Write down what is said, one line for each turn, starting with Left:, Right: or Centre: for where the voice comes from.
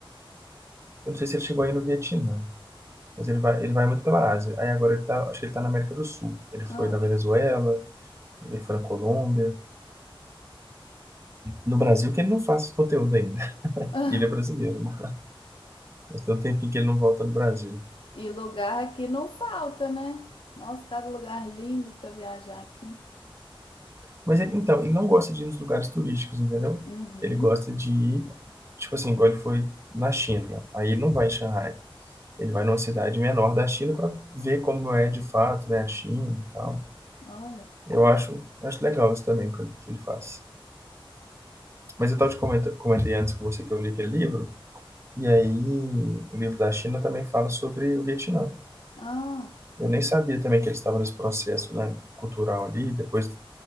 Right: Eu não sei se ele chegou aí no Vietnã, mas ele vai, ele vai muito pela Ásia. Aí agora ele tá, acho que ele tá na América do Sul. Ele foi
Left: Ah.
Right: na Venezuela, ele foi na Colômbia. No Brasil que ele não faz conteúdo ainda. <laughs>
Left: <laughs>
Right: E ele é brasileiro, né? Mas tem um tempinho que ele não volta no Brasil.
Left: E lugar aqui não falta, né? Nossa, cada lugar lindo para viajar aqui.
Right: Mas ele, então, ele não gosta de ir nos lugares turísticos, entendeu?
Left: Uhum.
Right: Ele gosta de ir, tipo assim, igual ele foi na China. Aí ele não vai em Xangai. Ele vai numa cidade menor da China para ver como é de fato, né, a China e tal.
Left: Olha.
Right: Eu acho, acho legal isso também que ele que ele faz. Mas eu estava te comenta, comentei antes com você que eu li aquele livro, e aí o livro da China também fala sobre o Vietnã.
Left: Ah,
Right: Eu nem sabia também que eles estavam nesse processo, né, cultural ali. Depois,